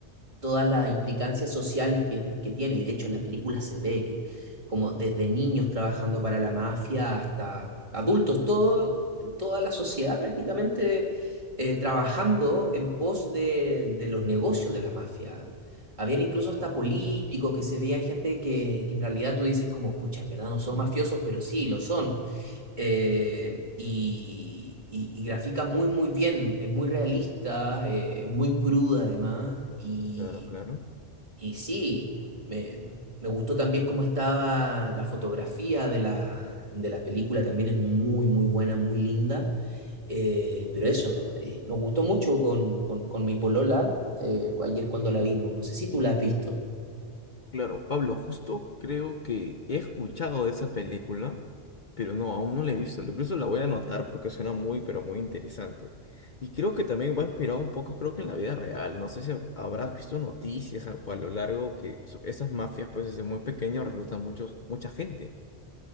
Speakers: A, on the right; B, on the left.
A: todas las implicancias sociales que, que tiene. Y de hecho en la película se ve que como desde niños trabajando para la mafia hasta adultos, todo, toda la sociedad prácticamente eh, trabajando en pos de, de los negocios de la mafia. Habían incluso hasta políticos que se veían gente que, que en realidad tú dices como, pucha, en verdad no son mafiosos, pero sí, lo son eh, y, y- y grafica muy, muy bien, es muy realista, eh, es muy cruda además, y,
B: Claro, claro.
A: y sí, me, me gustó también cómo estaba la fotografía de la, de la película, también es muy, muy buena, muy linda, eh, pero eso, eh, nos gustó mucho con, con- con mi polola eh, ayer cuando la vimos, no sé si tú la has visto.
B: claro, Pablo, justo creo que he escuchado de esa película, pero no, aún no la he visto. Incluso la voy a anotar porque suena muy, pero muy interesante. Y creo que también va inspirado un poco, creo que en la vida real. No sé si hab- habrás visto noticias a, a lo largo que so- esas mafias, pues desde muy pequeños reclutan muchos, mucha gente.